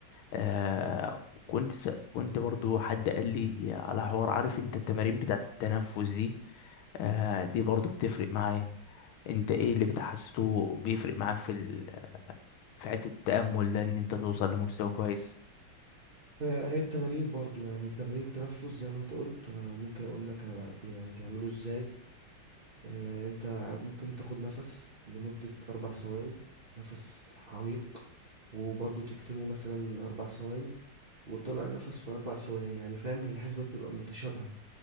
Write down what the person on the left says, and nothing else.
آه كنت كنت برضو حد قال لي على حوار عارف انت التمارين بتاعت التنفس دي آه دي برضو بتفرق معايا انت ايه اللي بتحسسه بيفرق معاك في ال... في حتة التأمل ده ان انت توصل لمستوى كويس